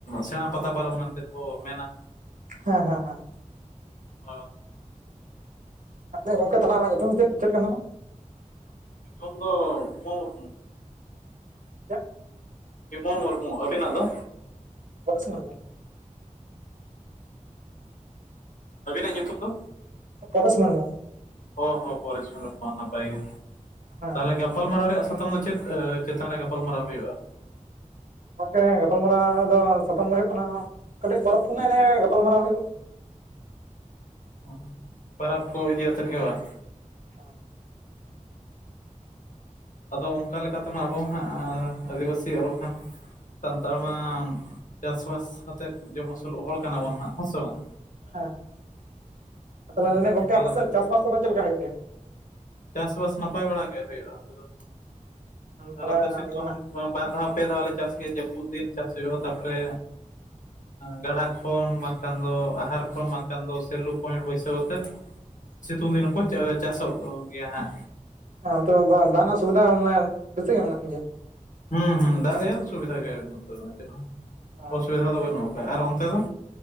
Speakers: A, on the left; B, on the right.
A: ᱥᱮᱬᱟ ᱯᱟᱛᱟ ᱯᱚᱨᱚᱵᱽ ᱢᱮᱱᱛᱮᱫ ᱠᱚ ᱢᱮᱱᱟ
B: ᱦᱮᱸ ᱦᱮᱸ ᱦᱮᱸ
A: ᱦᱮ
B: ᱟᱫᱚ ᱜᱚᱝᱠᱮ ᱛᱟᱦᱚᱞᱮ ᱟᱢᱟᱜ ᱧᱩᱛᱩᱢ ᱪᱮᱫ ᱪᱮᱫ ᱠᱟᱱ ᱛᱟᱢᱟ?
A: ᱪᱚᱱᱫᱚᱱ ᱢᱩᱨᱢᱩ
B: ᱪᱮᱫ?
A: ᱵᱤᱢᱚᱞ ᱢᱩᱨᱢᱩ᱾ ᱚᱵᱤᱱᱟᱜ ᱫᱚ?
B: <unintelligible>
A: ᱟᱹᱵᱤᱱᱟᱜ ᱧᱩᱛᱩᱢ ᱫᱚ?
B: ᱯᱚᱨᱮᱥ ᱢᱩᱨᱢᱩ
A: ᱦᱚᱸ ᱦᱚᱸ ᱯᱚᱨᱮᱥ ᱢᱩᱨᱢᱩ ᱦᱚᱸ ᱱᱟᱯᱟᱭ ᱜᱮ
B: <unintelligible>
A: ᱛᱟᱦᱚᱞᱮ ᱜᱟᱯᱟᱞ ᱢᱟᱨᱟᱣ ᱨᱮᱭᱟᱜ ᱥᱟᱛᱟᱢ ᱫᱚ ᱪᱮᱫ ᱪᱮᱛᱟᱱ ᱨᱮ ᱜᱟᱯᱟᱞ ᱢᱟᱨᱟᱣ ᱦᱩᱭᱩᱜᱼᱟ
B: ᱜᱚᱝᱠᱮ ᱜᱟᱯᱟᱞ ᱢᱟᱨᱟᱣ ᱫᱚ ᱥᱟᱛᱟᱢ ᱫᱚ ᱦᱩᱭᱩᱜ ᱠᱟᱱᱟ ᱠᱟᱹᱴᱤᱡ ᱯᱚᱨᱚᱵᱽ ᱯᱩᱱᱟᱹ ᱱᱤᱭᱮ ᱜᱟᱯᱟᱞ ᱢᱟᱨᱟᱣ ᱦᱩᱭᱩᱜᱼᱟ
A: ᱚ ᱯᱟᱨᱚᱵᱽ ᱠᱚ ᱤᱫᱤ ᱠᱟᱛᱮ ᱜᱮ ᱵᱟᱝ
B: ᱟᱪᱪᱷᱟ
A: ᱟᱫᱚ ᱚᱱᱠᱟ ᱞᱮᱠᱟ ᱛᱮᱢᱟ ᱟᱵᱚ ᱦᱟᱸᱜ ᱟᱹᱫᱤᱵᱟᱹᱥᱤ ᱟᱨᱦᱚᱸ ᱠᱷᱟᱱ ᱥᱟᱱᱛᱟᱲ ᱢᱟ ᱪᱟᱥᱵᱟᱥ ᱠᱟᱛᱮᱫ ᱡᱚᱢ ᱟᱹᱥᱩᱞᱚᱜ ᱦᱚᱲ ᱠᱟᱱᱟ ᱵᱚᱱ ᱦᱟᱸᱜ ᱦᱮᱸ ᱥᱮ ᱵᱟᱝ
B: ᱦᱮᱸ ᱦᱮᱸ᱾ ᱛᱟᱦᱚᱞᱮ ᱞᱟᱹᱭᱫᱟᱹᱧ
A: ᱚᱱᱠᱟ
B: ᱜᱚᱝᱠᱮ ᱟᱯᱮᱥᱮᱫ
A: ᱞᱮᱠᱟ
B: ᱪᱟᱥ ᱵᱟᱟᱥ ᱠᱚ ᱫᱚ ᱪᱮᱫ ᱞᱮᱠᱟ ᱦᱩᱭᱩᱜ ᱜᱮᱭᱟ
A: ᱪᱟᱥᱵᱟᱥ ᱱᱟᱯᱟᱭ ᱵᱟᱲᱟ ᱜᱮ ᱦᱩᱭᱩᱜᱼᱟ᱾ ᱚᱱᱛᱮ ᱫᱚ ᱟᱨ
B: ᱛᱟᱦᱚᱞᱮ
A: ᱱᱚᱛᱮ ᱥᱤᱛᱩᱝ
B: ᱢᱟᱱᱮ
A: ᱵᱟᱨ ᱫᱷᱟᱣ ᱯᱮ ᱫᱷᱟᱣᱞ ᱞᱮ ᱪᱟᱥ ᱜᱮᱭᱟ ᱡᱟᱹᱯᱩᱫ ᱫᱤᱱ ᱪᱟᱥ ᱦᱩᱭᱩᱜᱼᱟ᱾ ᱛᱟᱯᱚᱨᱮ ᱜᱟᱰᱟ ᱠᱷᱚᱱ ᱵᱟᱝ ᱠᱷᱟᱱ ᱫᱚ ᱟᱦᱟᱨ ᱠᱷᱚᱱ ᱵᱟᱝ ᱠᱷᱟᱱ ᱫᱚ ᱥᱮᱞᱩ ᱯᱭᱮᱱᱴ ᱵᱟᱹᱭᱥᱟᱹᱣ ᱠᱟᱛᱮᱫ
B: <inaudible>
A: ᱥᱤᱛᱩᱝ ᱫᱤᱱ ᱦᱚᱸᱠᱚ ᱪᱟᱥᱚᱜ ᱜᱮᱭᱟ ᱦᱟᱸᱜ
B: ᱦᱮᱸ ᱚᱱᱛᱮ ᱫᱟᱜ ᱨᱮᱱᱟᱜ ᱥᱩᱵᱤᱫᱷᱟ ᱢᱟᱱᱮ ᱵᱮᱥᱤ ᱜᱮ ᱢᱮᱱᱟᱜ ᱜᱮᱭᱟ᱾
A: ᱦᱩᱸ ᱦᱩᱸ ᱫᱟᱜ ᱨᱮᱭᱟᱜ ᱥᱩᱵᱤᱫᱷᱟ ᱜᱮ ᱱᱚᱛᱮ ᱫᱚ ᱪᱮᱫ ᱦᱚᱸ
B: ᱚ
A: ᱚᱥᱩᱵᱤᱫᱷᱟ ᱫᱚ ᱵᱟᱹᱱᱩᱜ ᱟᱠᱟᱜ-ᱟ ᱟᱨ ᱚᱱᱛᱮ ᱫᱚ